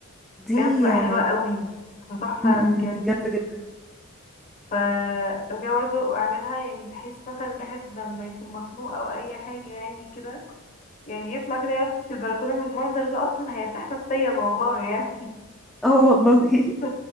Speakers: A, in the centre; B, on the left.
A: دي
B: بجد بتبقى
A: آه،
B: حلوة قوي بتبقى تحفة
A: م-
B: بجد
A: م، دي جامدة جدا
B: فلو كده برضه اعملها يعني بحيث مثلا الواحد لما يكون مخنوق او اي حاجة يعني كده يعني يطلع كده يقف في البلكونة من المنظر ده اصلا هيرتاح نفسيا والله يعني
A: اه والله <laughs>
B: <laughs> ف